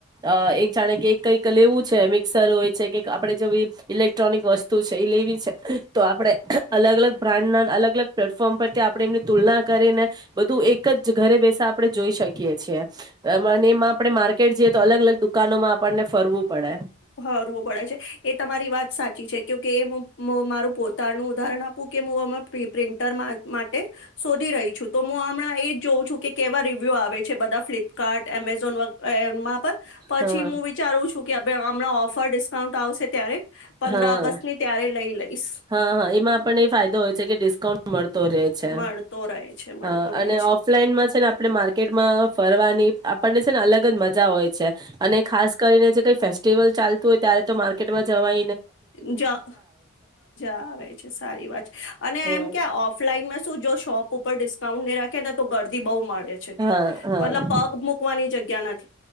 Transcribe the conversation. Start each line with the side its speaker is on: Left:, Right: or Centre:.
Right: અ એક જાણે કે કંઈક લેવું છે મિક્સર હોય છે કેક આપણે જેવી ઇલેક્ટ્રોનિક વસ્તુ છે એ લેવી છે તો આપડણે અલગ અલગ બ્રાન્ડના અલગ અલગ પ્લેટફોર્મ પરથી આપણે એમની તુલના કરીને બધું એક જ ઘરે બેસા આપડણે જોઈ શકીએે છીએ. એમાં ને એમાં આપડે માર્કેટ જે તો અલગ અલગ દુકાનોમાં આપણને ફરવું. પડે
Left: હરવો પડે છે એ તમારી વાત સાચી છે. કે એું મારું પોતાનું ઉદાહરણ આપું કે હું અ પ્રિન્ટર માટે શોધી રહી છું. તો હું હમણાં એજ જોઉં છું કે કેવા રિવ્યુ આવે બધા ફ્લિપ કાર્ટ એમેઝોન એમાં પર પછી
Right: હા
Left: હું વિચારું છું કે ઓફર ડિસ્કાઉન્ટ આવશે ત્યારે પંદર
Right: હા
Left: ઓગસ્ટની ત્યારે લઈ લઈશ
Right: હા હા એમાં આપને એ ફાયદો હોય છે કે ડિસ્કાઉન્ટ મળતો રે છે
Left: મળતો રહે છે મળતો
Right: હ
Left: રહે
Right: અને
Left: છે
Right: ઓફલાઈન માં છે ને આપણે માર્કેટમાં કરવાની આપણને છે ને અલગ જ મજા હોય છે અને ખાસ કરીને જે કઈ ફ ટેબલ ચાલતું હોય ત્યારે તો માર્કેટમાં જવા
Left: મજા આવે છે, સારી વાત છે, અને
Right: હમ.
Left: એમ કે ઓફલાઈનમાં શું જો શોપ ઉપર ડિસ્કાઉન્ટ નહી રાખે ને તો ગરદી બહુ માણે
Right: હા હા
Left: મતલબ પગ મૂકવાની જગ્યા <unintelligible>